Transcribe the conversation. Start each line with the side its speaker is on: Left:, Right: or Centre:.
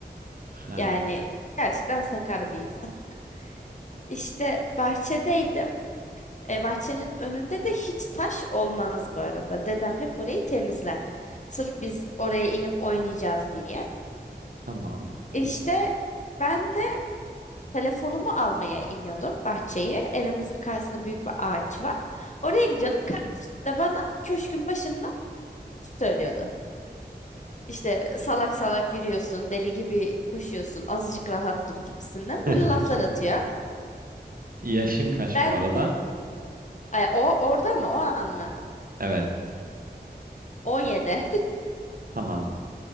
Right: Ha,
Left: Yani gerçekten sakar bir insan. <laughs> İşte bahçedeydim. E, bahçenin önünde de hiç taş olmaz bu arada. Dedem hep orayı temizler. Sırf biz oraya inip oynayacağız diye.
Right: tamam.
Left: İşte ben de telefonumu almaya iniyordum bahçeyi. Evimizin karşısında büyük bir ağaç var. Oraya gidiyordum. Kardeşim de bana köşkün başında söylüyordu. İşte salak salak yürüyorsun, deli gibi koşuyorsun, azıcık rahat dur gibisinden
Right: <laughs>
Left: böyle laflar atıyor.
Right: Yaşın kaç
Left: Ben
Right: bu arada?
Left: de, Ay, o orada mı, o an mı?
Right: Evet,
Left: 17. <laughs>
Right: tamam.